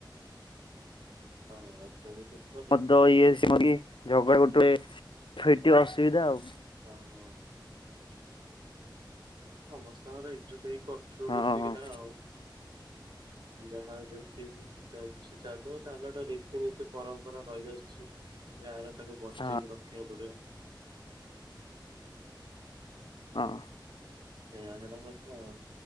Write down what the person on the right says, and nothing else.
ହଁ। <inaudible>
ହଁ ହଁ। ସମସ୍ତଙ୍କର ଏକଜୁଟ ହେଇକି କରୁଛୁ
ମିଶିକିନା
ଆଉ। ଯାହା ଯେମତି ଚାଲିଛି ଚାଲୁ ତାହେଲେ ଗୋଟେ ରୀତିନୀତି ପରମ୍ପରା ରହିଆସିଛି। ଗାଁରେ ତାକୁ ବଞ୍ଚେଇକି
ରଖ। ରଖିବାକୁ ପଡିବ।
ଏଇଆ ହେଟା କଥା ଆଉ।